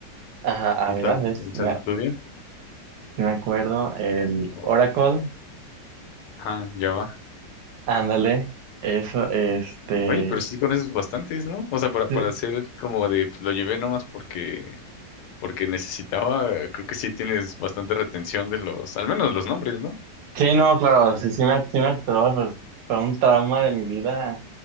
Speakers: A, on the right; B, on the left.
A: Ajá, ah,
B: ¿Hizo,
A: mira, ves,
B: hizo
A: me,
B: el estudio?
A: sí me acuerdo, el
B: O-
A: Oracle,
B: ajá, ya va
A: ándale, eso, este...
B: Oye, pero sí conoces bastantes, ¿no? O sea, para, para
A: Sí,
B: hacer como de, pues, lo llevé nomás porque, porque necesitaba, creo que sí tienes bastante retención de los, al menos los nombres, ¿no?
A: sí, no, claro, sí, sí me, sí me acuerdo, pues fue un trauma de mi vida.